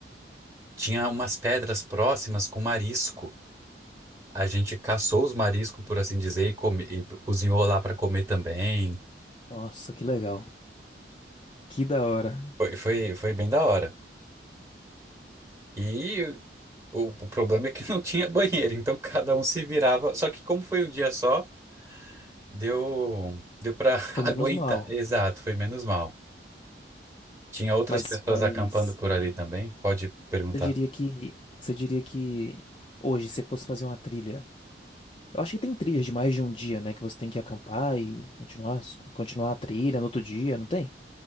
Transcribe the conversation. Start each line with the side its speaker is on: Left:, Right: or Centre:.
Right: Tinha umas pedras próximas com marisco. A gente caçou os mariscos, por assim dizer, e, come, e cozinhou lá para comer também.
Left: Nossa, que legal. Que da hora.
Right: Foi, foi, foi bem da hora. E o o problema é que <laughs> não tinha banheiro, então cada um se virava. Só que como foi um dia só. Deu, deu para <laughs>
Left: Foi menos
Right: aguentar.
Left: mal.
Right: Exato, foi menos mal. Tinha outras
Left: Mas,
Right: pessoas
Left: mas
Right: acampando por ali também? Pode perguntar.
Left: Você diria que, você diria que hoje, se fosse fazer uma trilha, eu acho que tem trilhas de mais de um dia, né? Que você tem que acampar e continuar, continuar a trilha no outro dia, não tem?